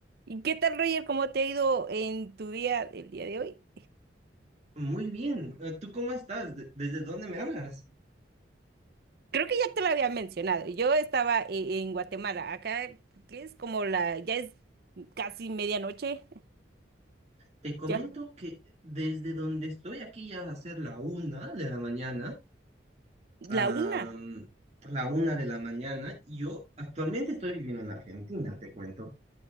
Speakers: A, on the right; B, on the right.
A: ¿Y qué tal, Roger? ¿Cómo te ha ido en tu día, el día de hoy?
B: Muy bien, eh, ¿tú cómo estás? ¿De- ¿Desde dónde me hablas?
A: Creo que ya te lo había mencionado. Yo estaba e- en Guatemala. Acá, ¿qué es? Como la, ya es casi medianoche.
B: Te comento
A: Ya,
B: que desde donde estoy aquí ya va a ser la una de la mañana,
A: la
B: am,
A: una.
B: la una de la mañana. Yo actualmente estoy viviendo en Argentina, te cuento.